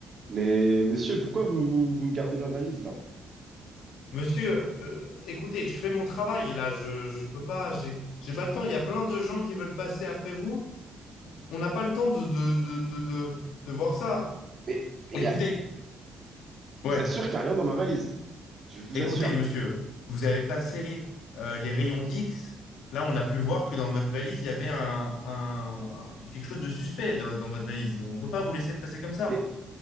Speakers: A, on the right; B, on the left.
A: Mais monsieur, pourquoi vous, vous, vous me gardez ma valise là?
B: Monsieur, euh, écoutez, je fais mon travail là, je, je peux pas, j'ai, j'ai pas le temps. Il y a plein de gens qui veulent passer après vous. On n'a pas le temps de, de, de, de, de- de voir ça.
A: Mais il
B: Écoutez,
A: y a, je
B: ouais,
A: vous assure qu'il n'y a rien dans ma valise. Je vous
B: écoutez,
A: assure.
B: monsieur, vous avez passé euh, les rayons X. Là, on a pu voir que dans votre valise, il y avait un, un- un- quelque chose de suspect de- dans votre valise. On peut pas vous laisser passer comme ça.
A: Mais,